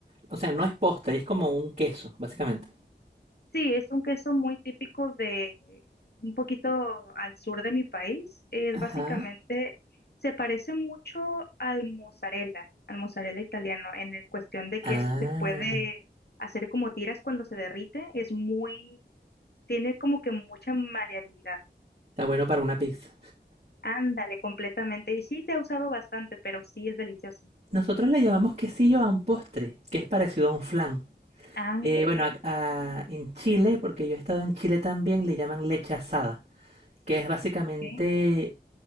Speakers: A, on the right; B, on the left.
A: O sea, no es postre, es como un queso, básicamente.
B: Sí, es un queso muy típico de un poquito al sur de mi país. Es
A: Ajá.
B: básicamente, se parece mucho al mozzarella, al mozzarella italiano, en el cuestión de que
A: Ah,
B: es- se puede hacer como tiras cuando se derrite. Es muy, tiene como que mucha maleabilidad.
A: está bueno para una pizza.
B: Ándale, completamente. Y sí, se ha usado bastante, pero sí es delicioso.
A: Nosotros le llamamos quesillo a un postre, que es parecido a un flan.
B: Ah,
A: Eh,
B: ok,
A: bueno, ac- a- en Chile, porque yo he estado en Chile también, le llaman leche asada, que es básicamente,
B: ok.